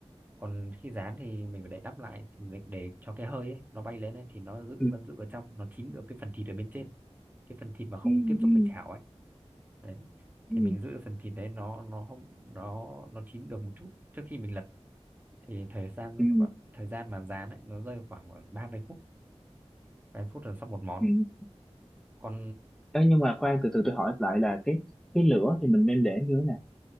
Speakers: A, on the right; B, in the centre.
A: còn khi rán thì mình phải đậy nắp lại thì để, để cho cái hơi ấy, nó bay lên ấy, thì nó giữ
B: ừ
A: vẫn giữ ở trong nó chín được cái phần thịt ở bên trên cái phần thịt mà không
B: ừ
A: tiếp
B: ừ
A: xúc với chảo ấy đấy
B: ừ
A: thì mình giữ phần thịt đấy nó nó không nó nó chín được một chút trước khi mình lật thì thời gian nó
B: ừ.
A: còn- thời gian mà rán ấy nó rơi khoảng khoảng ba mươi phút ba mươi phút là xong một món
B: ừ
A: còn
B: Ê, nhưng mà khoan từ từ tôi hỏi lại là cái cái lửa thì mình nên để như thế nào?